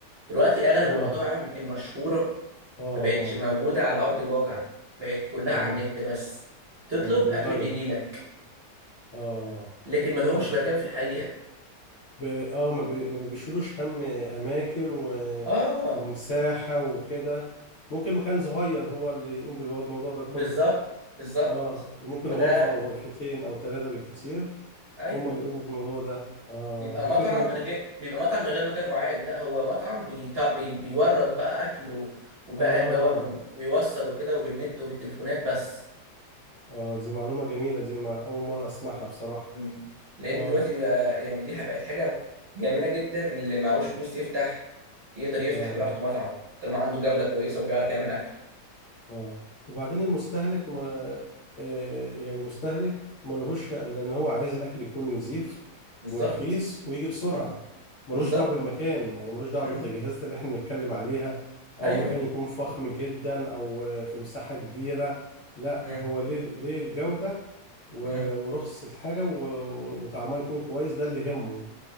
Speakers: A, on the right; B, on the left.
A: دلوقتي اغلب
B: اه
A: المطاعم المشهوره
B: اه
A: ما بقتش
B: اه
A: موجوده على ارض الواقع بقت كلها
B: اه
A: على النت بس تطلب
B: اه اونلاين
A: اكل بيجيلك
B: اه
A: لكن ما لهمش
B: بقى-
A: مكان في الحقيقة
B: ب... اه ما, بي... ما بيشيلوش هم اماكن و...
A: اه
B: ومساحة وكده ممكن مكان صغير هو اللي يقوم بالموضوع ده كله
A: بالظبط بالظبط
B: اه ممكن
A: وده
B: غرفة او غرفتين او ثلاثة بالكتير
A: ايوه
B: هم اللي يقوموا بالموضوع ده اه
A: بيبقى
B: دي
A: مطعم
B: فكرة
A: من غير بيبقى مطعم من غير مكان قعاد لا هو مطعم بيط... بي... بيورد بقى اكل و... وبقى
B: اه
A: اللي هو من ويوصل وكده وبالنت وبالتليفونات بس
B: اه دي معلومة جميلة دي ما اول مرة اسمعها بصراحة
A: مم. لان
B: اه
A: دلوقتي بقى يعني دي بقت حاجة جميلة جدا اللي معهوش فلوس يفتح يقدر يفتح
B: اه
A: براحته مطعم طالما عنده جودة كويسة وبيعرف يعمل اكل
B: اه وبعدين المستهلك ما آه، يعني مستهلك ملهوش الا ان هو عايز الاكل يكون نظيف
A: بالظبط
B: ورخيص ويجي بسرعه
A: مم.
B: ملوش
A: بالظبط
B: دعوه بالمكان يعني ملوش دعوه
A: مم.
B: بالتجهيزات اللي احنا بنتكلم عليها او
A: ايوه
B: مكان يكون فخم جدا او آه، في مساحه كبيره لا
A: مم.
B: هو ليه ليه الجوده و-
A: مم.
B: ورخص الحاجه و- و- وطعمها يكون كويس ده اللي يهمه